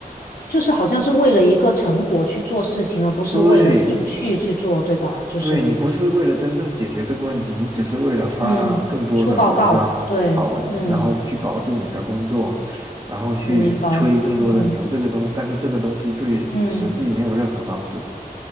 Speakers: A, on the left (about 80°); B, on the right (about 25°).
A: 就是好像是为了一个成果去做事情，而不是为了兴趣去做，
B: 对。
A: 对吧？就是，
B: 对，你不是为了真正解决这个问题，你只是为了发更多的文章、
A: 嗯，出报告，对，
B: 好文，
A: 嗯，
B: 然后去保住你的工作，然后去吹更多的牛。
A: 我明白，嗯
B: 这个东，但是这个东西对实际没有任何帮助。
A: 嗯，